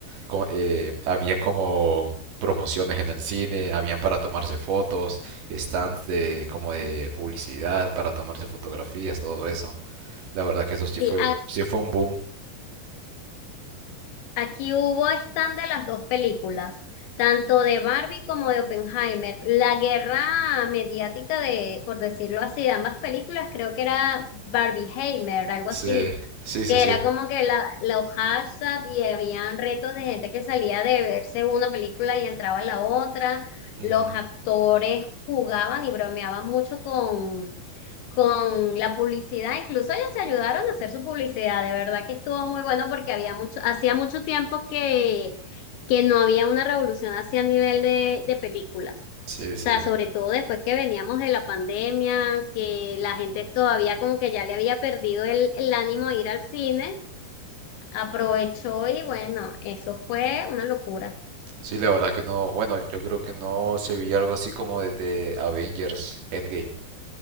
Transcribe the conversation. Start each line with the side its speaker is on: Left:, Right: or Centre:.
Right: co- eh, habían como promociones en el cine, habían para tomarse fotos, stands de, como de publicidad, para tomarse fotografías, todo eso. La verdad que eso sí
Left: Sí,
Right: fue, sí fue un boom.
Left: Aquí hubo stand de las dos películas, tanto de Barbie como de Oppenheimer. La guerra mediática de, por decirlo así, de ambas películas, creo que era Barbieheimer, algo
Right: Sí,
Left: así,
Right: sí,
Left: que
Right: sí, sí.
Left: era como que la, los hashtags y habían retos de gente que salía de verse una película y entraba a la otra.
Right: Ujú.
Left: Los actores jugaban y bromeaban mucho con con la publicidad, incluso ellos se ayudaron a hacer su publicidad, de verdad que estuvo muy bueno porque había mucho, hacía mucho tiempo que, que no había una revolución así a nivel de, de películas.
Right: Sí, sí.
Left: O sea, sobre todo después que veníamos de la pandemia, que la gente todavía como que ya le había perdido el, el ánimo de ir al cine, aprovechó y bueno, eso fue una locura.
Right: Sí, la verdad que no. Bueno, yo creo que no se veía algo así como desde Avengers Endgame.